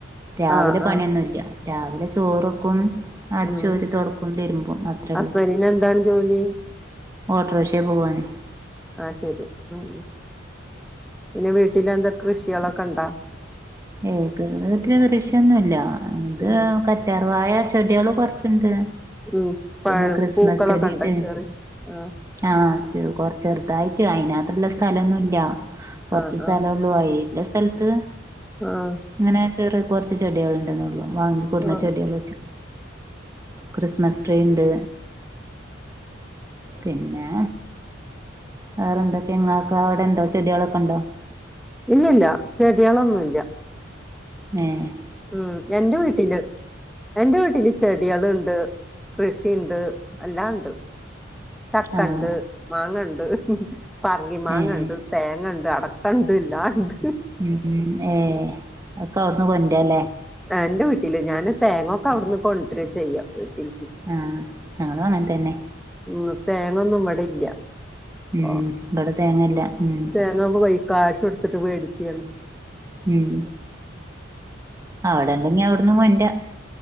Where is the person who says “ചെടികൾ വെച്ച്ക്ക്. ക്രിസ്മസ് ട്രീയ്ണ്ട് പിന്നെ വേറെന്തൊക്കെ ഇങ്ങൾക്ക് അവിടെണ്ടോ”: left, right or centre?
Right